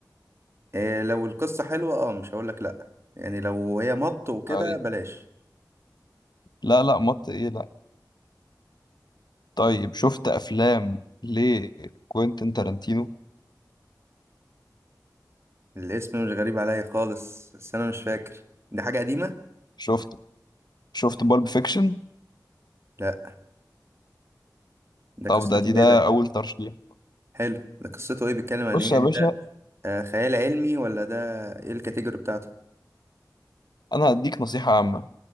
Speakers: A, on the right; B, on the left.
A: إيه لو القصه حلوه اه مش هقول لك لا يعني لو هي مط وكده
B: أي
A: بلاش
B: لا لا مط إيه لا طيب شفت أفلام لكوينتين تارانتينو؟
A: الاسم مش غريب عليا خالص بس انا مش فاكر دي حاجه قديمه
B: شفت شفت بالب فيكشن؟
A: لا ده قصته
B: طب ده دي ده
A: ايه ده
B: أول ترشيح
A: حلو ده قصته ايه بيتكلم عن
B: بص
A: ايه يعني
B: يا باشا
A: ده آه خيال علمي ولا ده ايه الكاتيجوري بتاعته
B: أنا هديك نصيحة عامة